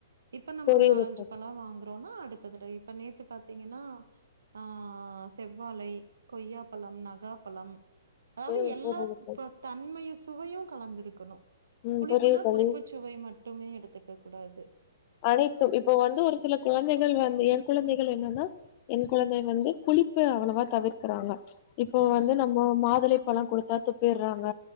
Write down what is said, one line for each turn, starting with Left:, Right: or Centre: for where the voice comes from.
Right: இப்ப நம்ம
Left: புரியுது
Right: ஒரு நாலஞ்சு
Left: தோழி
Right: பழம் வாங்குறோம்னா அடுத்ததுட இப்ப நேத்து பாத்தீங்கன்னா ஆ செவ்வாழை கொய்யாப்பழம் நகாப்பழம் அதாவது
Left: ம்
Right: எல்லா
Left: புரியுது தோழி
Right: தன்மையு சுவையும் கலந்திருக்கணும்
Left: ம்
Right: புளிப்புன்னா
Left: புரியுது தோழி
Right: புளிப்பு சுவை மட்டுமே எடுத்துக்க கூடாது
Left: அனைத்தும் இப்போ வந்து ஒரு சில குழந்தைகள் வந்து யா குழந்தைகள் என்னன்னா என் குழந்தை வந்து புளிப்பு அவ்வளவா தவிர்க்கறாங்க இப்போ வந்து
Right: ம்,
Left: நம்ம மாதுளை பழம் குடுத்தா துப்பிர்றாங்க